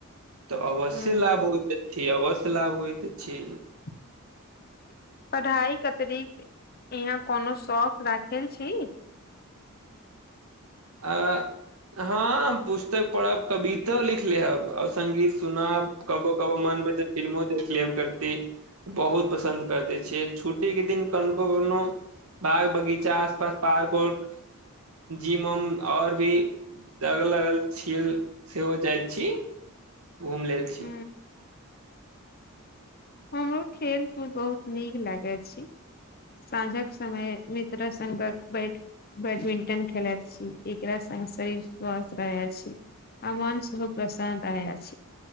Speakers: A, on the right; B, on the left.
A: तऽ अवश्य
B: ह
A: लाभ होय छी अवश्य लाभ होइत अछि
B: <inaudible> पढ़ाई के अतरिक यहाँ कोनो शौक राखल छी
A: आ हँ पुस्तक पढ़ब कवितो लिख लेहब और संगीत सुनब कबो कबो मन बजे फिल्मो देखलेब करती बहुत पसन्द करते छियै छुट्टीे के दिन कनको कोनो बाग बगीचा आसपास पार्क उर्क जी म उम और भी अगल अगल छीए सेहो जाय छी घुम लेल छी
B: ह हमरो खेल कूद बहुत नीक लागै अछि सांझक समय मित्र संघक बैठ बैडमिंटन खेलत छी एकरा से शरीर स्वस्थ रहे अछि आ मन सेहो प्रसन रहै अछी